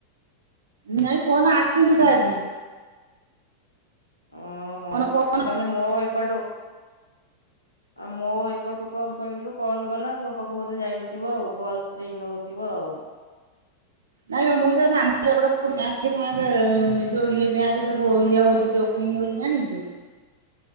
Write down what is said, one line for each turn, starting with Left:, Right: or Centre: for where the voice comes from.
Right: ନାଇଁ ଫୋନ ଆସିନି ତ ଆଜି।
Left: ଓ
Right: କଣ ଫୋନ
Left: ମୁଁ ଏପଟୁ ଆଉ ମୋ ଏପଟୁ କଣ କହିଲୁ କଲ ଗଲା ତୋ ପାଖକୁ ବୋଧେ ଯାଇନଥିବ ଆଉ। ଫଲସ୍ ରିଙ୍ଗ ହୋଉଥିବ ଆଉ।
Right: ନାଇଁ ପା ମୁଁ <unintelligible> ଆମର ଏପଟେ ବ୍ୟାଙ୍କ ଫ୍ୟାଙ୍କ ଯୋଉ ଇଏ ବ୍ୟାଙ୍କ ସବୁ ଇଏ ହୋଉଚି <unintelligible> ଚି ଜାଣିଚୁ